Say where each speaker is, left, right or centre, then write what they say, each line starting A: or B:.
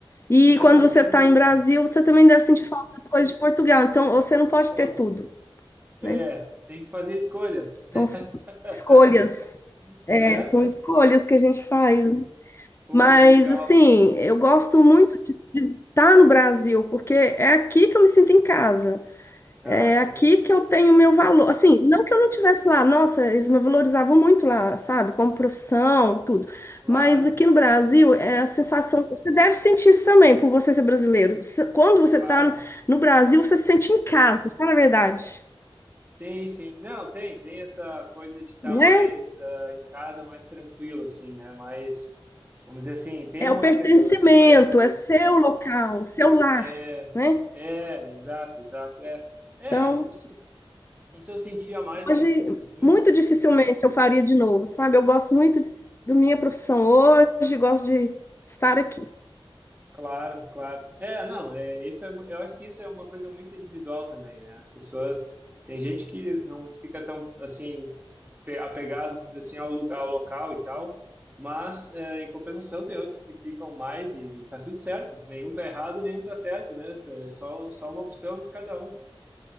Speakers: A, on the left (about 25°); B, on the right (about 20°).
A: E
B: Não,
A: quando
B: sem
A: você tá
B: dúvida.
A: em Brasil, você também deve sentir falta das coisas de Portugal. Então, você não pode
B: Pô,
A: ter tudo,
B: é,
A: né?
B: tem que fazer escolhas,
A: Então, são escolhas.
B: <laughs>
A: É,
B: né?
A: são escolhas que a gente faz, né?
B: Pô,
A: Mas,
B: que legal.
A: assim, eu gosto muito de estar no Brasil, porque é aqui que eu me sinto em casa.
B: Ah,
A: É
B: com
A: aqui
B: certeza.
A: que eu tenho meu valor. Assim, não que eu não tivesse lá, nossa, eles me valorizavam muito lá, sabe? Como profissão, tudo.
B: Claro,
A: Mas aqui no Brasil, é a sensação. Você deve sentir isso também, por você ser brasileiro. Se- Quando você
B: claro.
A: está no Brasil, você se sente em casa, fala a verdade,
B: Sim, sim. Não, tem, tem essa coisa de estar
A: né?
B: mais ah, em casa, mais tranquilo, assim, né? Mas, vamos dizer assim, tem
A: É
B: uma
A: o pertencimento,
B: questão da segurança.
A: é seu local, seu lar,
B: É,
A: né?
B: é, exato, exato. É, é,
A: Então,
B: isso, isso eu sentia mais
A: hoje,
B: no início, assim,
A: muito dificilmente
B: mas
A: eu faria de novo, sabe? Eu gosto muito de, da minha profissão hoje, gosto de estar aqui.
B: claro, claro. É, não, é, isso é, mu- eu acho que isso é uma coisa muito individual também, né? As pessoas, tem gente que não fica tão, assim, pe- apegado, vamos dizer assim, ao lugar, ao local e tal, mas é, em compensação tem outros que ficam mais e, e tá tudo certo, nenhum tá errado, nenhum tá certo, né? É só, só uma opção de cada um.